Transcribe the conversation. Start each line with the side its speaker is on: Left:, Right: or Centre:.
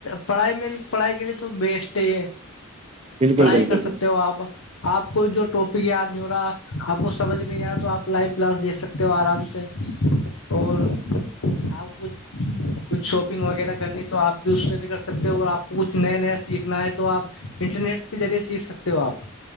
Left: پڑھائی میں پڑھائی کے لیے تو بیسٹ ہے یہ
Right: بالکل
Left: پڑھائی
Right: بالکل
Left: کر سکتے ہو آپ آپ کو جو ٹاپک یاد نہیں ہو رہا آپ کو سمجھ میں نہیں آ رہا تو آپ لائو کلاس دیکھ سکتے ہو آرام سے اور آپ کچھ
Right: بچ
Left: کچھ شاپنگ وغیرہ کرنی تو آپ بھی اس سے بھی کر سکتے ہو اور آپ کو کچھ نیا نیا سیکھنا ہے تو آپ انٹرنیٹ سے کے ذریعے سیکھ سکتے ہو آپ